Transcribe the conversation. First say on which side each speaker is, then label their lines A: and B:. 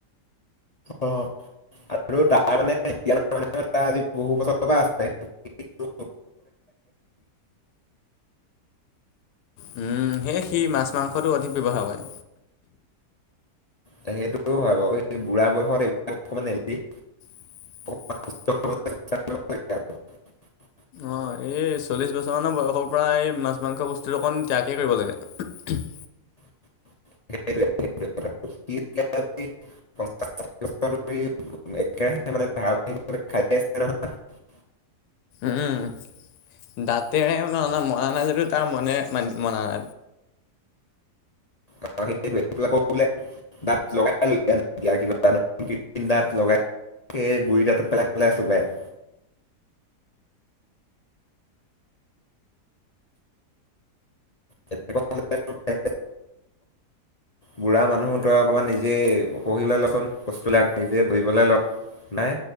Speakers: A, on the left (about 40°); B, on the left (about 80°).
A: অ'। আৰু তাৰ মানে এতিয়া মহ তাৰ আজি বহু বছৰৰ পৰা আছে।
B: উম। উম, সেয়ে সি মাছ মাংসটো অধিক ব্যৱহাৰ কৰে।
A: সেইটো হয় বাৰু এই বুঢ়া বয়সত এইবিলাক অকমান এৰি
B: <inaudible>
A: অকমান <unintelligible>
B: অ' এই এই চল্লিশ বছৰ মানৰ বয়সৰ পৰা এই মাছ মাংস বস্তুটো অকন ত্যাগেই কৰিব লাগে। <unintelligible>
A: <unintelligible> একে মানে ধৰে খাই আছে নহয়।
B: উম, দাতোনে মৰা নাই যদিও তাৰ মনে মানি মনানাই।
A: সেইটোৱে, সেইটো আকো বোলে দাঁত লগাইয়া কিবা দাঁত লগাই সই গুৰি তাঁত পেলাই পেলাই চুবাই।
B: <inaudible> <inaudible>
A: এনেকুৱা হ'লে তোৰ খাই বুঢ়া মানুহ তই অকমান নিজে পহিবলৈ লচোন বস্তুবিলাক নিজে বহিবলৈ ল। নাই।